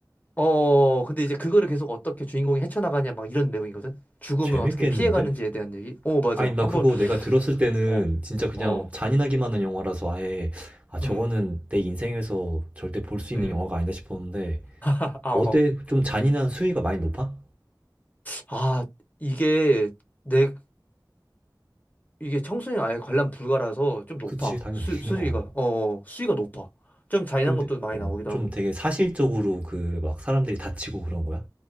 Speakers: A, on the left (about 20°); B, on the right (about 20°).
A: 어, 근데 이제 그거를 계속 어떻게 주인공이 헤쳐나가냐 막 이런 내용이거든? 죽음을
B: 재밌겠는데?
A: 어떻게 피해가는지에 대한 얘기? 어, 맞아.
B: 아니, 나
A: 한번,
B: 그거 내가 들었을 때는
A: 어,
B: 진짜 그냥
A: 어,
B: 잔인하기만 한 영화라서 아예, 아, 저거는
A: 음,
B: 내 인생에서 절대 볼 수 있는
A: 음.
B: 영화가 아니다 싶었는데,
A: 아, 어.
B: 어때? 좀 잔인한 수위가 많이 높아?
A: 아, 이게 내, 이게 청소년 아예 관람 불가라서 좀 높아.
B: 그치, 당연히.
A: 수, 수위가,
B: <laughs> 어.
A: 어, 어, 수위가 높아. 좀 잔인한
B: 근데
A: 것도 많이
B: 어
A: 나오기도
B: 좀
A: 하고.
B: 되게 사실적으로 그 막 사람들이 다치고 그런 거야?